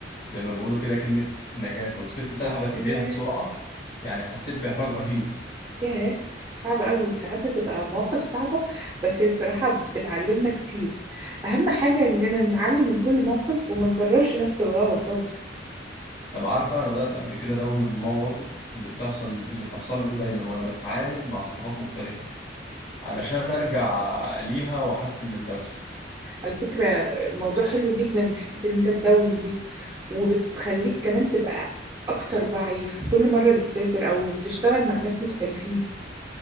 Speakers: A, on the left; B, on the right.
A: زي ما بيقولوا كده كلمه نجاسه والست سحبت ايديها
B: ياه
A: بسرعه يعني حسيت باحراج رهيب
B: ياه صعبة قوي ساعات بتبقى مواقف صعبة بس هي الصراحة بتعلمنا كتير أهم حاجة إننا نتعلم من كل موقف وما نكررش نفس الغلط برضو
A: طب عارفه انا بدات قبل كده ادون المواقف اللي بتحصل اللي بتحصل لي دايما وانا بتعامل مع ثقافات مختلفه علشان ارجع ليها واحسن من نفسي
B: على فكرة موضوع حلو جدا حتة ان انت تدون دي وبتخليك كمان تبقى اكتر وعي في كل مرة بتسافر او تشتغل مع ناس مختلفين